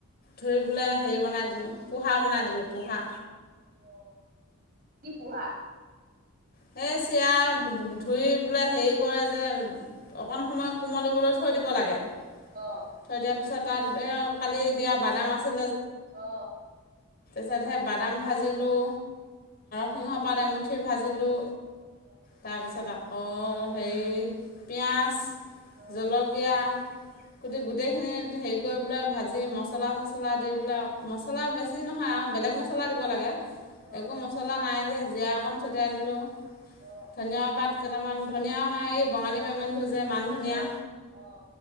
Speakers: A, on the left; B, on the right.
A: ধুই বলে হেৰি বনাই দিলোঁ, পোহা বনাই দিলোঁ, পোহা।
B: অ কি পোহা?
A: সেই চিৰা ধুই বোলে হেৰি কৰে যে, অকন সময় কোমলিবলৈ থৈ দি লাগে,
B: অ
A: থৈ দিয়া পাছত, কালি দিয়া বাদাম আছে
B: অ অ
A: তাৰত বাদাম ভাজিলোঁ।
B: তাৰপিছত
A: সিংহপাত, এমুঠি ভাজি আলু
B: অ
A: তাৰপিছত আকৌ হেৰি পিঁয়াজ
B: অ
A: জলকীয়া গোটেই, গোটেইখিনি হ কৰি পেলাই ভাজি মছলা চছলা দি পেলাই মছলা বেছি নহয় আৰু বেলেগ মছলা দিব লাগে।
B: অ অ
A: একো মছলা নাই যে জৰা অকণ ছটিয়াই দিলোঁ
B: অ
A: ধনিয়া পাত কেইটামান। ধনীয়াাও নাই, এই বঙালী মেমেণ্টো যে মান ধনিয়
B: অ অ অ